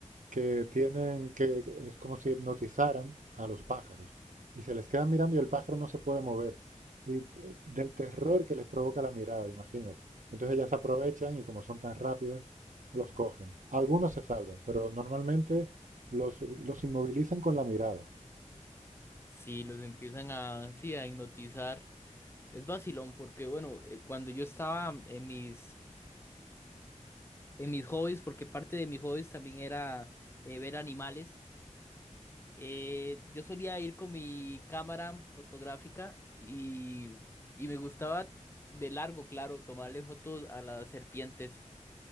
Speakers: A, on the right; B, on the left.
A: que tienen que es como si hipnotizaran a los pájaros y se les quedan mirando y el pájaro no se puede mover y eh, del terror que les provoca la mirada, imagínate. Entonces ellas aprovechan y como son tan rápidas los cogen. Algunos se salvan, pero normalmente los, los inmovilizan con la mirada.
B: Si los empiezan a, sí, a hipnotizar, es vacilón, porque bueno, eh, cuando yo estaba en mis, en mis hobbies, porque parte de mis hobbies también era eh, ver animales. Eh, yo solía ir con mi cámara fotográfica y, y me gustaba de largo, claro, tomarle fotos a las serpientes.